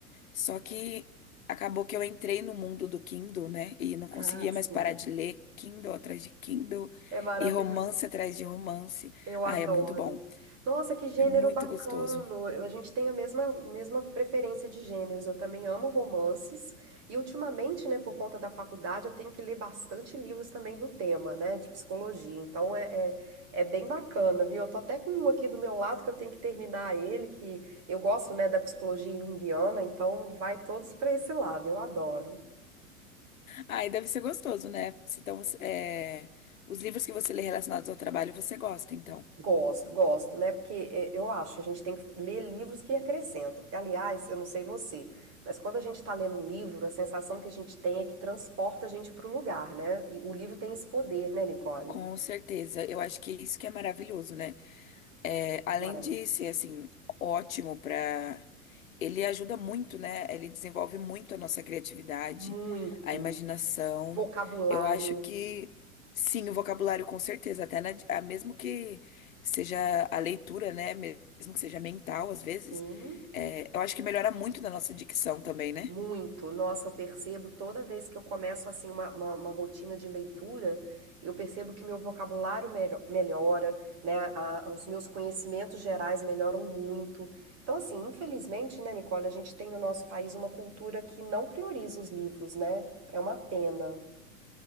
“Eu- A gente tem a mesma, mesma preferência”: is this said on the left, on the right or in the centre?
Right